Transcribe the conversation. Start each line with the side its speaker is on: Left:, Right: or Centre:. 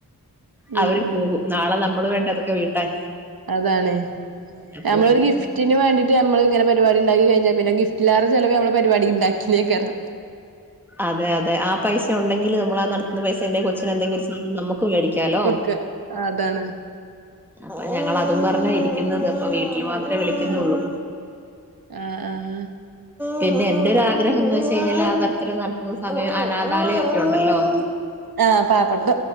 Right: ഉം
Centre: അവര്
Right: ഉം
Centre: പോകും നാളെ നമ്മള് വേണ്ടേ അതൊക്കെ വീട്ടാൻ
Right: അതാണ്
Centre: അപ്പൊ
Right: നമ്മളൊരു ഗിഫ്റ്റിന് വേണ്ടി ട്ട് നമ്മൾ ഇങ്ങനെ പരിപാടി ഇണ്ടാക്കി കഴിഞ്ഞാൽ പിന്നെ ഗിഫ്റ്റിലാറെ ചിലവ് നമ്മള് പരിപാടി ഇണ്ടാക്കിന് അയ്ക്കാരം
Centre: അതെ അതെ ആ പൈസ ഉണ്ടെങ്കില് നമ്മൾ ആ നടത്തുന്ന പൈസ എന്റെ കൊച്ചിന് എന്തെങ്കിലും ഒരു സാധനം നമുക്ക് മേടിക്കാലോ
Right: ക്കെ അതാണ്
Centre: അപ്പൊ ഞങ്ങള് അതും പറഞ്ഞ ഇരിക്കുന്നത് അപ്പ വീട്ടിൽ മാത്രേ വിളിക്കുന്നൊള്ളൂ
Right: ആഹ് ആഹ് ആഹ്
Centre: പിന്നെ എന്റൊരാഗ്രഹം എന്ന് വെച്ച് കഴിഞ്ഞാൽ ആ ബർത്ഡേ നടത്തുന്ന സമയം അനാഥാലയം ഒക്കെ ഉണ്ടല്ലോ ഉം
Right: ആഹ് പാവപ്പെട്ട